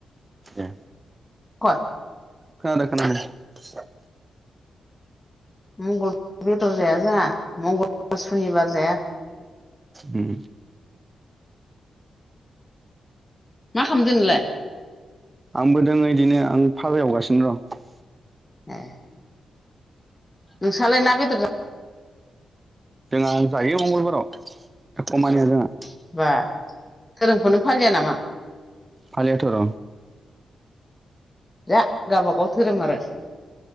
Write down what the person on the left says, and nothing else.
<inaudible>
मंगलबार बेदर जाया जोंहा मंगलबार सुनिबार जाया।
मा खालामदों नोंलाय।
ए। नोंस्रालाय ना बेदर जा
जाबा धोरोमखौनो फालिया नामा।
जा गावबागाव धोरोम आरो